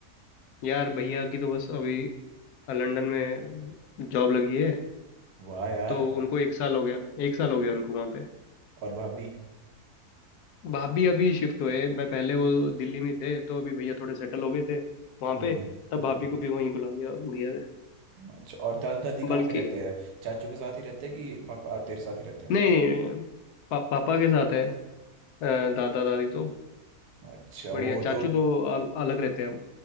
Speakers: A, on the left; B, on the right.
A: यार भैया की तो बस अभी लंदन में जॉब लगी है
B: वाह यार
A: तो उनको एक साल हो गया एक साल हो गया उनको वहाँ पे
B: और भाभी
A: भाभी अभी शिफ्ट हुए मैं पहले वो दिल्ली में थे तो अभी भैया थोड़े सेटल हो गए थे वहाँ
B: हम्म
A: पे तब
B: हम्म।
A: भाभी को भी वहीं बुला लिया भैया ने
B: अच्छा और दादू दादी कहाँ
A: बल्कि
B: पे रहते हैं चाचू के साथ ही रहते हैं कि पापा तेरे साथ ही रहते हैं
A: नहीं पा, पापा के साथ है अ, दादा दादी तो
B: अच्छा
A: बढ़िया
B: वो
A: चाचू
B: तो
A: तो अल, अलग रहते हैं हम